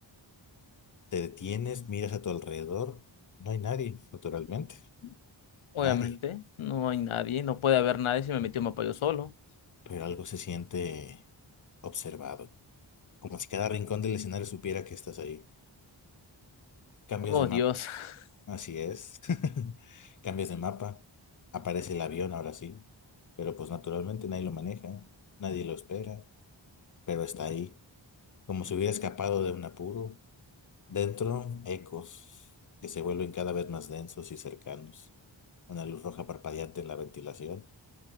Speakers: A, on the left; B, on the left.
A: Te detienes, miras a tu alrededor, no hay nadie, naturalmente,
B: Obviamente,
A: nadie,
B: no hay nadie, no puede haber nadie si me metió un mapa yo solo.
A: pero algo se siente observado, como si cada rincón del escenario supiera que estás ahí. Cambias
B: Oh,
A: de mapa,
B: Dios. <laughs>
A: así es, <laughs> cambias de mapa, aparece el avión ahora sí, pero pues naturalmente nadie lo maneja, nadie lo espera, pero está ahí, como si hubiera escapado de un apuro. Dentro, ecos que se vuelven cada vez más densos y cercanos. Una luz roja parpadeante en la ventilación